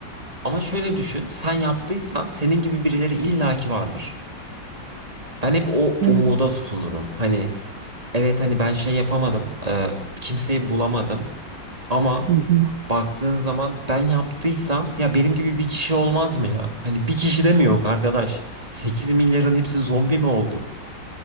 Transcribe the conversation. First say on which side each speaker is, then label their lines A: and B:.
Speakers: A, on the right; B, on the right.
A: Ama şöyle düşün, sen yaptıysan senin gibi birileri illaki vardır. Ben hep o
B: Evet.
A: umuda tutunurum. Hani evet hani ben şey yapamadım, e, kimseyi bulamadım ama
B: Hı hı.
A: baktığın zaman ben yaptıysam ya benim gibi bir kişi olmaz mı ya? Hani bir kişi de mi yok arkadaş? 8 milyarın hepsi zombi mi oldu?